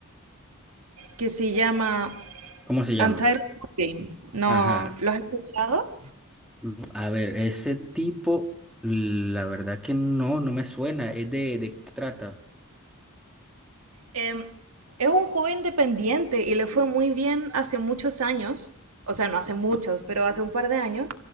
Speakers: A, on the right; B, in the centre.
A: que se llama
B: ¿Cómo se llama?
A: Untitled Goose Game. ¿No
B: Ajá.
A: lo has escuchado?
B: Mm, A ver, ese tipo, la verdad que no, no me suena. ¿Es de, de qué trata?
A: Em, es un juego independiente y le fue muy bien hace muchos años, o sea, no hace muchos, pero hace un par de años,